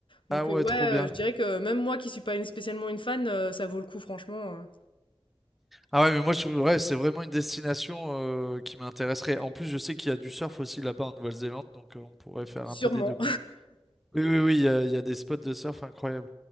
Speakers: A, on the left; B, in the centre.
A: Donc,
B: Ah ouais,
A: heu, ouais,
B: trop bien.
A: heu, je dirais que même moi qui suis pas une spécialement une fan, heu, ça vaut le coup franchement, heu,
B: Ah ouais, mais moi, je, ouais, c'est vraiment une destination euh, qui m'intéresserait. En plus, je sais qu'il y a du surf aussi là-bas en Nouvelle-Zélande, donc euh, on pourrait faire
A: sûrement.
B: un peu des deux, quoi. Oui, oui, oui, il y a, il y a des spots de surf incroyables.